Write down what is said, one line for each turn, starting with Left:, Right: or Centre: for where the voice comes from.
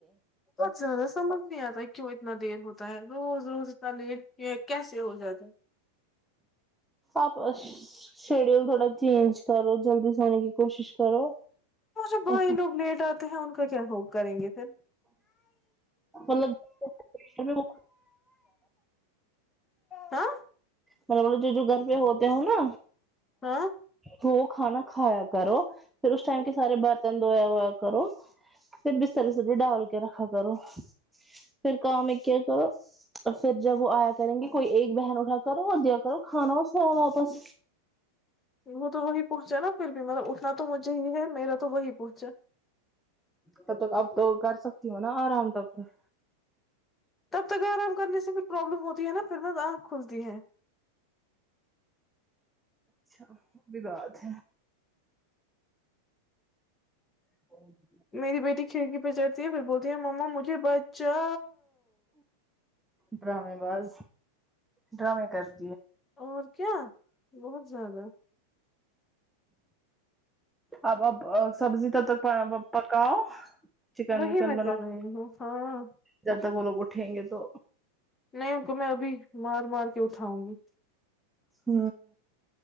Left: زیادہ سمبھ نہیں آتا کیوں اتنا دیر ہوتا ہے روز روز اتنا لیٹ کیسے ہو جاتا ہے
Centre: آپ شیڈیول تھوڑا چینج کرو جلدی سونے کی کوشش کرو
Left: م سے بائی
Centre: ایسا
Left: لوگ لیٹ آتے ہیں ان کا کیا ہوپ کریں گے پھر
Centre: مطلب
Left: ہاں
Centre: مطل بولے جو گھر پہ ہوتے ہو نا
Left: ہاں
Centre: وہو کھانا کھایا کرو پھر اس ٹم کے سار برتن ویا وویا کرو پھر بستر وستری ڈال کے رکھا کرو پھر کام ہے کیا کرو اور پھر جب وہ آیا کریں گے کوئی ایک بہن اٹھا کرو آ دیا کرو کھان وہ سواد واپس
Left: وہ تو وہی پہنچا نا پھر بھی مطب اٹھنا تو مجھے ہی ہے میرا تو وہی پہنچا
Centre: تب تک اب تو کر سکتی ہ ہووں نا آرام تب تک
Left: تب تک آرام کرنے سے پھر پرابلم ہوتی ہے نا پھر میں آنکھ کھلتی ہے
Centre: اچھا وہب بھی بات ہے ا
Left: میری بیٹی کھڑکی پہ چڑھتی ہے پھر بولتی ہیں ما مجھے بچا
Centre: ڈرامے باز ڈرامے کرتے
Left: اور کیا بہت زیادہ
Centre: اب اب سبزی ت تک پ پکاؤ <inaudible>
Left: وہی
Centre: وکن
Left: میں
Centre: بناؤ
Left: کر رہی ہوں ہاں
Centre: جب تک وہ لوگ اٹھیں گے تو
Left: نہیں ان کو میں ابھی مار مار کے اٹھاؤں گی
Centre: ہ